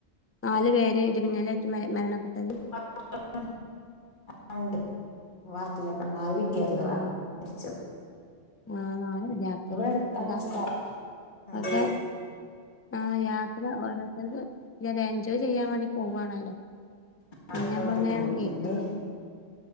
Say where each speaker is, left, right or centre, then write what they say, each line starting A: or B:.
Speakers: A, on the left; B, on the left.
A: നാല് പേര് ഇടിമിന്നലേറ്റ് മ മരണപ്പെട്ടത്
B: <inaudible> വാർത്തയിലൊക്കെ കണ്ട് നാലു വി ദ്യാർഥികളാണ്
A: ആഹ്
B: മരിച്ചത്
A: ആഹ് നാല് വിദ്യാർത്ഥികള്
B: ഇവിടെ അടുത്താണ്
A: എന്താപ്പൊ
B: സ്ഥലം ആഹ്
A: അതൊക്കെ ആഹ് യാത്ര ഓരോര്ത്തർക്ക് <unintelligible> എൻജോയ് ചെയ്യാൻ വേണ്ടി പോവാണല്ലോ പിന്നെ
B: അതെന്താണെന്നറിയോ
A: നമ്മൾ ഇങ്ങനെയാണ് കേക്കുന്നെ
B: ഇന്റെ